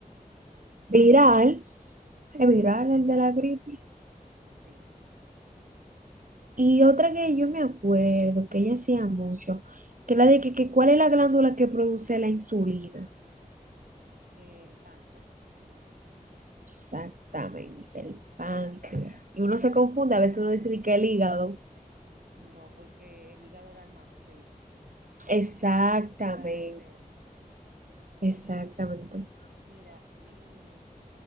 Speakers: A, on the right; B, on the right.
A: Viral. ¿Es viral
B: Exactamente,
A: el de la gripe?
B: sí. Sí.
A: Y otra que yo me acuerdo que ella hacía mucho, que la de que, que cuál es la glándula que produce la insulina.
B: El páncreas.
A: Exactamente, el páncreas. Y uno se confunde, a veces uno dice de que el hígado.
B: No, porque el hígado lo almacena
A: Exactamente,
B: para reserva.
A: exactamente.
B: Mira, ¿y